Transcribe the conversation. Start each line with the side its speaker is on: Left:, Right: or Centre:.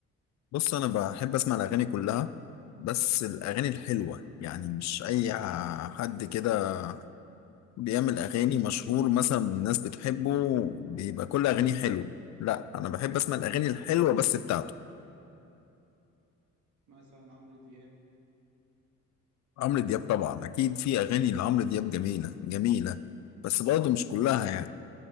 Left: بص انا بحب اسمع الاغاني كلها بس الاغاني الحلوه يعني مش اي حد كده بيعمل اغاني مشهور مثلا الناس بتحبه بيبقى كل اغانيه حلوه لا انا بحب اسمع الاغاني الحلوه بس بتاعته
Right: مثلا عمرو دياب
Left: عمرو دياب طبعا اكيد في اغاني لعمرو دياب جميله جميله بس برضه مش كلها يعني